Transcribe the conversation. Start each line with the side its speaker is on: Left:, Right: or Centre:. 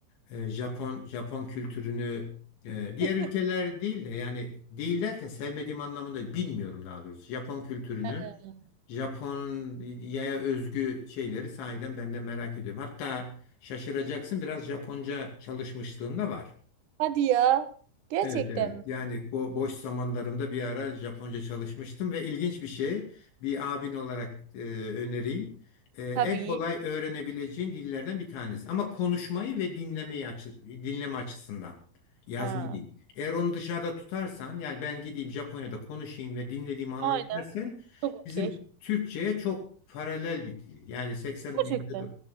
Left: e, Japon Japon kültürünü e, diğer
Right: <laughs>
Left: ülkeler değil de yani değil derken sevmediğim anlamında değil, bilmiyorum daha doğrusu. Japon kültürünü,
Right: Ha,
Left: Japonya'ya özgü şeyleri sahiden ben de merak ediyorum. Hatta şaşıracaksın biraz Japonca çalışmışlığım da var.
Right: Hadi ya. Gerçekten
Left: Evet evet.
Right: mi?
Left: Yani bu boş zamanlarımda bir ara Japonca çalışmıştım ve ilginç bir şey bir abin olarak e, önereyim. E, en
Right: Tabii.
Left: kolay öğrenebileceğin dillerden bir tanesi. Ama konuşmayı ve dinlemeyi açı, dinleme açısından. Yazma
Right: Ha.
Left: değil. Eğer onu dışarıda tutarsan yani ben gideyim Japonya'da konuşayım ve dinlediğimi anlayayım
Right: Aynen.
Left: dersen
Right: Çok okey.
Left: bizim Türkçe'ye çok paralel bir dil. Yani 80
Right: Gerçekten.
Left: yüzde